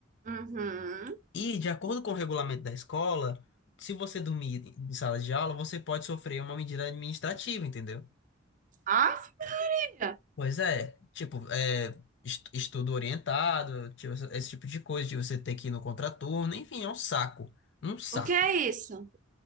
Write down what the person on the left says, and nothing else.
E, de acordo com o regulamento da escola, se você dormir em sala de aula, você pode sofrer uma medida administrativa, entendeu?
Pois é, tipo, é, es- estudo orientado, tipo, essa- esse tipo de coisa, de você ter que ir no contraturno, enfim, é um saco, um saco.